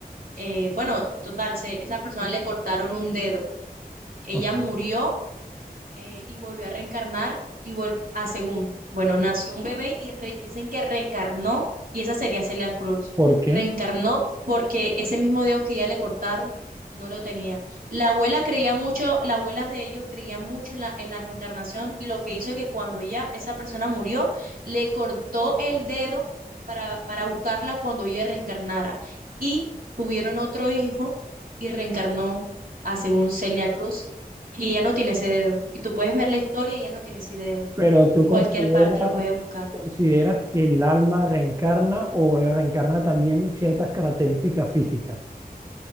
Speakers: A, on the right (about 65°); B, on the right (about 20°).
A: eh, bueno, total, se, esa persona le cortaron un dedo. Ella
B: ok.
A: murió eh, y volvió a reencarnar y vol a según, bueno, nació un bebé y re- dicen que reencarnó y esa sería Celia Cruz.
B: ¿Por qué?
A: Reencarnó porque ese mismo dedo que ya le cortaron no lo tenía. La abuela creía mucho, las abuelas de ellos creían mucho en la, en la reencarnación y lo que hizo es que cuando ella, esa persona murió, le cortó el dedo para, para buscarla cuando ella reencarnara. Y tuvieron otro hijo y reencarnó a según Celia Cruz y ya no tiene ese dedo. Y tú puedes ver la historia y ya no tiene ese dedo.
B: Pero tú
A: En
B: consideras,
A: cualquier parte lo puedes buscar.
B: consideras que el alma reencarna o reencarna también ciertas características físicas.